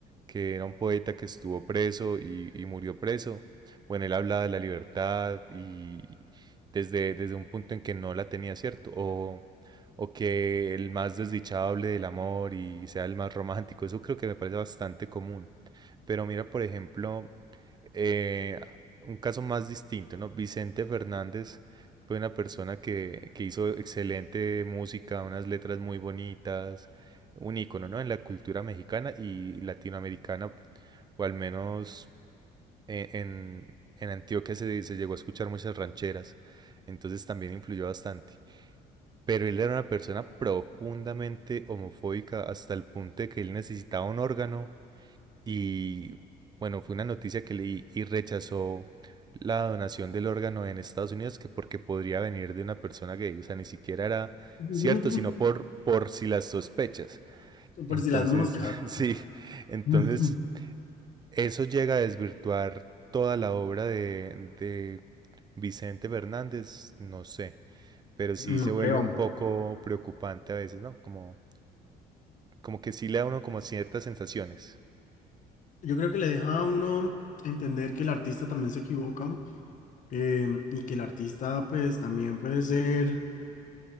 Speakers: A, on the right (about 25°); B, on the left (about 50°).
A: que era un poeta que estuvo preso y, y murió preso. Bueno, él hablaba de la libertad y desde, desde un punto en que no la tenía, ¿cierto? O, o que el más desdichado hable del amor y sea el más romántico. Eso creo que me parece bastante común. Pero mira, por ejemplo, eh, un caso más distinto, ¿no? Vicente Fernández fue una persona que, que hizo excelente música, unas letras muy bonitas, un ícono, ¿no? En la cultura mexicana y latinoamericana, o al menos e- en, en Antioquia se, se llegó a escuchar muchas rancheras, entonces también influyó bastante. Pero él era una persona profundamente homofóbica hasta el punto de que él necesitaba un órgano y bueno, fue una noticia que leí y rechazó la donación del órgano en Estados Unidos que porque podría venir de una persona gay. O sea, ni siquiera era
B: <laughs>
A: cierto, sino por, por si las sospechas.
B: Por
A: Entonces,
B: si las moscas.
A: <laughs> sí, entonces
B: <laughs>
A: eso llega a desvirtuar toda la obra de, de Vicente Fernández, no sé, pero sí
B: No
A: se vuelve
B: creo.
A: un poco preocupante a veces, ¿no? Como, como que sí le da a uno como ciertas sensaciones.
B: Yo creo que le deja a uno entender que el artista también se equivoca eh, y que el artista pues también puede ser,